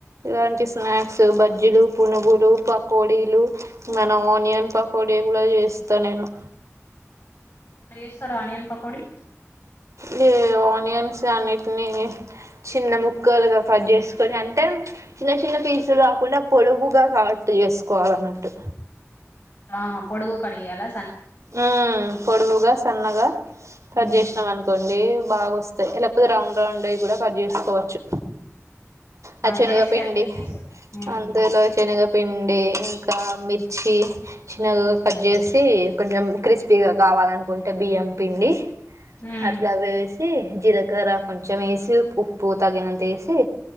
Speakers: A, on the right; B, on the left.
A: ఇలాంటి స్నాక్స్ బజ్జీలు పునుగులు పకోడీలు మన ఆనియన్ పకో డే కూడా చేస్తా నేను
B: చేస్తారా ఆనియన్ పకోడి
A: లే ఆనియన్సే అన్నిటిని చిన్న ముక్కలుగా కట్ చేసుకొని అంటే చిన్న చిన్న పీసులు కాకుండా పొడవుగా కా టు చేసుకోవాలన్నట్టు
B: ఆహా పొడుగు కటు చేయలా
A: ఉమ్మ్ పొడువుగా సన్నగా కట్
B: ఉమ్
A: చేసినాం అనుకోండి బాగోస్తాయ్ లేకపోతే రౌండ్ రౌండ్ అయి కూడా కట్ చేసుకోవచ్చు ఆ చనగపిండి
B: చేసి అట్లా ఏం చేసారు ఉమ్
A: అందులో చనగ పిండి ఇంకా మిర్చి చిన్నగా కట్ చేసి కొంచెం క్రిస్పీగా కావాలనుకుంటే బియ్యం పిండి
B: ఉమ్
A: అట్లా వేసి జీలకర్ర కొంచెం ఏసి ఉప్పు తగినంతేసి